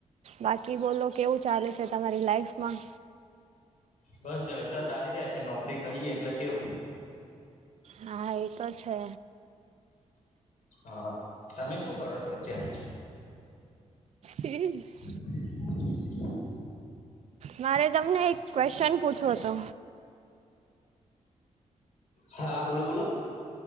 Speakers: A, on the right; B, on the left.
A: બાકી બોલો કેવું ચાલે છે તમારી લાઈફમાં?
B: બસ જલસા ચાલી રહ્યા છે નોકરી કરીએ એટલે કેવું.
A: હા એ તો છે.
B: હા, તમે શું કરો છો અત્યાં
A: હમ <unintelligible>
B: <unintelligible>
A: મારે તમને એક ક્વેશ્ચન પૂછ્યો હતો?
B: હા બોલો બોલો